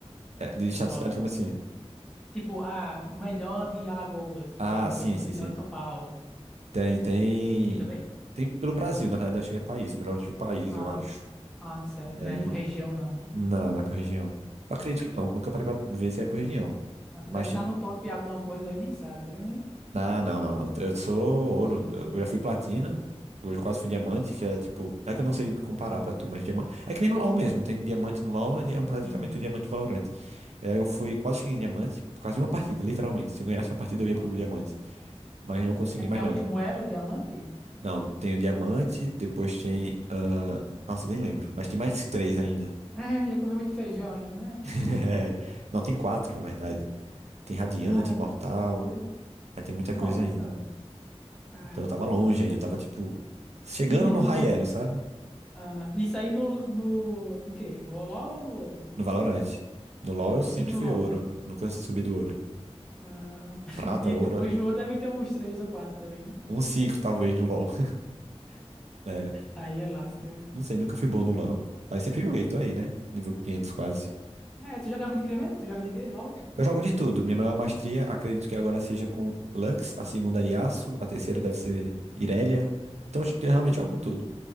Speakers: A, on the right; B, in the centre.
A: é, de estatística,
B: Englobo.
A: como assim?
B: Tipo, ah, o melhor de Alagoas, por
A: Ah,
B: exemplo,
A: sim,
B: ou então
A: sim,
B: o melhor
A: sim.
B: de São Paulo.
A: Tem, tem.
B: E também?
A: Tem pelo Brasil, na verdade, acho que é país, melhor do país,
B: Ah,
A: eu acho.
B: ah, certo.
A: E aí.
B: Não é por região, não, né?
A: Não, não é por região. Eu acredito
B: Ah,
A: que não, nunca parei pra ver se é por região.
B: mas tu
A: Mas
B: deve estar no top alguma coisa aí, nem sabe, tá vendo aí? <laughs>
A: Ah, não, não. Eu eu sou ouro.
B: Uhum.
A: Eu já fui platina. Hoje eu quase fui diamante, que é tipo. É que eu não sei comparar pra tu, mas diamante. É que nem no LoL mesmo. Tem diamante no LoL, ele é praticamente
B: Sim.
A: o diamante valorante. É, eu fui, quase cheguei em diamante por causa de uma partida, literalmente. Se eu ganhasse uma partida, eu
B: Nossa.
A: ia pro diamante. Mas não consegui,
B: É,
A: mas
B: é
A: não.
B: o último elo, diamante?
A: Não, tem o diamante, depois tem. ah, Nossa, nem lembro. Mas tem mais três ainda.
B: É, já comi muito feijão ainda, né?
A: <laughs>
B: <laughs>
A: É, Não, tem quatro, na verdade. Tem radiante,
B: Cara,
A: imortal.
B: é muita coisa.
A: É, tem muita
B: Nossa,
A: coisa ainda.
B: caramba.
A: Então eu tava longe
B: Aí do...
A: ainda, eu tava tipo chegando
B: E, e no
A: no high
B: do...
A: sabe?
B: ah, isso aí no, no... Em quê? No Oló ou no outro?
A: No Valorant. No LoL
B: No Valorant?
A: eu sempre
B: E no
A: fui
B: LOL?
A: ouro, nunca subi do ouro.
B: Ah, <laughs>
A: Prata,
B: e depois
A: ouro ali.
B: de ouro deve ter uns três ou quatro também, né?
A: Um 5 talvez no LoL. <laughs> É,
B: Aí é lasca. né?
A: não sei, nunca fui bom no LoL. Mas sempre joguei, tô aí, né? Nível 500 quase.
B: É, tu jogava de quê mesmo? Tu joga de quê? LOL?
A: Eu jogo de tudo. Minha maior maestria, acredito que agora seja com Lux, a segunda Yasuo, a terceira deve ser Irelia. Então eu realmente
B: É.
A: jogo com tudo.